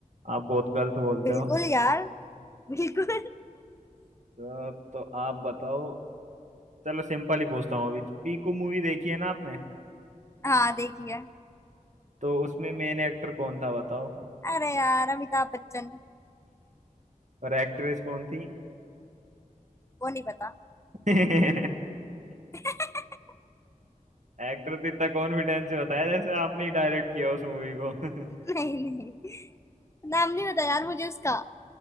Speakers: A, on the right (about 60°); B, on the left (about 20°).
A: आप बहुत गलत बोलते
B: बिल्कुल
A: हो
B: यार बिल्कुल
A: तो, तो आप बताओ चलो सिंपल ही पूछता हूँ अभी पीकू मूवी देखी है ना आपने
B: हाँ देखिए
A: तो उसमें मेन एक्टर कौन था बताओ <laughs>
B: अरे यार अमिताभ बच्चन
A: और एक्ट्रेस कौन थी
B: वो नहीं पता
A: <laughs>
B: <laughs>
A: एक्टर तो इतना कॉन्फिडेंस से बताया जैसे आपने ही डायरेक्ट किया उस मूवी को <laughs>
B: नहीं नहीं नाम नहीं पता यार मुझे उसका